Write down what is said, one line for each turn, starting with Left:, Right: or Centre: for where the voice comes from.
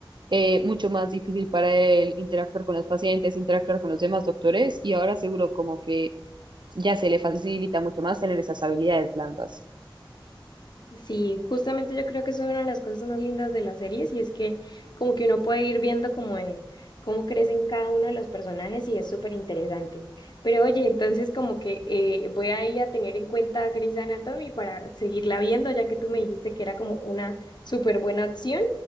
Right: eh, mucho más difícil para él interactuar con los pacientes, interactuar con los demás doctores, y ahora seguro como que ya se le facilita mucho más tener esas habilidades blandas.
Left: Sí, justamente yo creo que eso es una de las cosas más lindas de las series y es que como que uno puede ir viendo como de- cómo crecen cada uno de los personajes y es súper interesante. Pero oye, entonces como que eh, voy a ir a tener en cuenta Grey's Anatomy para seguirla viendo, ya que tú me dijiste que era como una súper buena opción